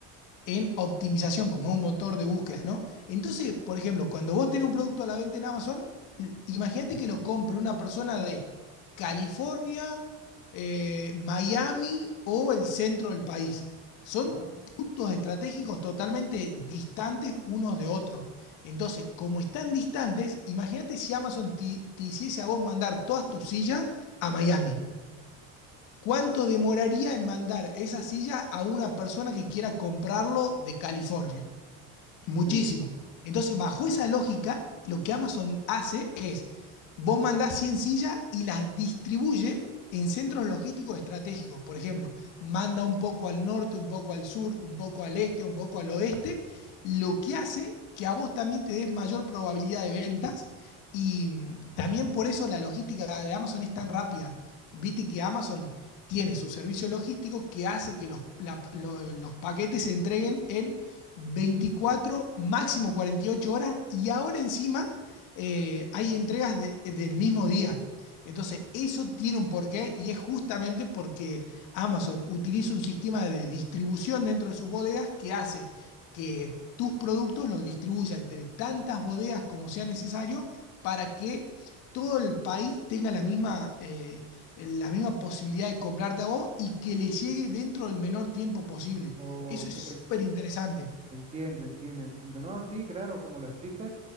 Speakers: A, on the left; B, on the right.
A: en optimización, como en un motor de búsqueda, ¿no? Entonces, por ejemplo, cuando vos tenés un producto a la venta en Amazon, l- imagínate que lo compre una persona de California, eh, Miami o el centro del país. Son
B: Ajá.
A: puntos estratégicos totalmente distantes unos de otros. Entonces, como están distantes, imagínate si Amazon te, te hiciese a vos mandar todas tus sillas a Miami. ¿Cuánto demoraría en mandar esa silla a una persona que quiera comprarlo de California? Muchísimo.
B: Pues,
A: Entonces, bajo esa lógica, lo que Amazon hace es, vos mandás 100 sillas y las distribuye en centros logísticos estratégicos. Por ejemplo, manda un poco al norte, un poco al sur, un poco al este, un poco al oeste, lo que hace que a vos también te des mayor probabilidad de ventas y mm, también por eso la logística de Amazon es tan rápida. Viste que Amazon tiene su servicio logístico que hace que los, la- lo- los paquetes se entreguen en 24, máximo 48 horas y ahora encima eh, hay entregas de- del mismo día. Entonces, eso tiene un porqué y es justamente porque Amazon utiliza un sistema de distribución dentro de sus bodegas que hace que tus productos los distribuya entre tantas bodegas como sea necesario para que todo el país tenga la misma, eh, la misma posibilidad de comprarte a vos y que le llegue dentro del menor tiempo posible.
B: ok.
A: Eso es súper interesante.
B: Entiendo, entiendo, entiendo. No, sí, claro, como lo explicas,